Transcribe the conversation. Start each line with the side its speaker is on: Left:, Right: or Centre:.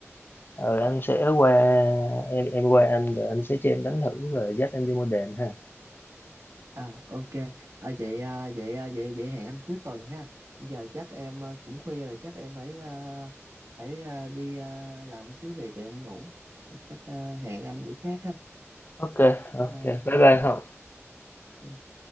Left: Ờ, anh sẽ qua em em qua anh rồi anh sẽ cho em đánh thử và dắt em đi mua đèn ha.
Right: À ok, à, vậy à, vậy à, vậy vậy hẹn anh cuối tuần ha. Giờ chắc em à, cũng khuya rồi, chắc em phải à, phải à, đi à, làm xíu việc rồi em ngủ. Chắc à, hẹn anh bữa khác ha.
Left: Ok, ok.
Right: Bye. anh.
Left: Bye bye Hậu.
Right: Dạ.